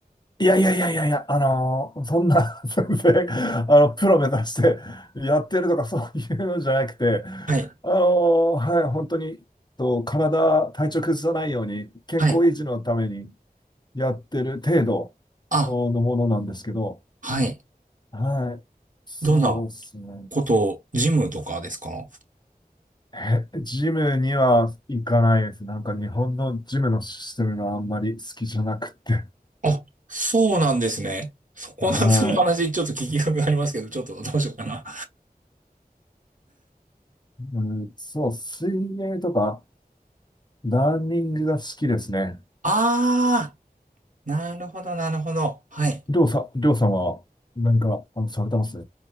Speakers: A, on the left; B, on the right.
A: いやいやいやいやいや、あのーそんな、<laughs> 全然、あの、プロ目指してやってるとかそういうのじゃなくて、
B: はい。
A: あのーはい、本当に、と、体、体調崩さないように、健康維持のために
B: はい。
A: やってる程度
B: あ、
A: のものなんですけど、
B: はい。
A: はい、そうですね。
B: どんなことを、ジムとかですか
A: え、ジムには行かないです。なんか日本のジムのシステムがあんまり好きじゃなくて。
B: あ、そうなんですね。そこの、
A: はい。
B: その話、ちょっと聞きたくありますけど、ちょっとどうしようかな。
A: うん、そう、水泳とか、ランニングが好きですね。
B: ああ、なるほど、なるほど。はい。
A: りょうさん、りょうさんは何か、あの、されてます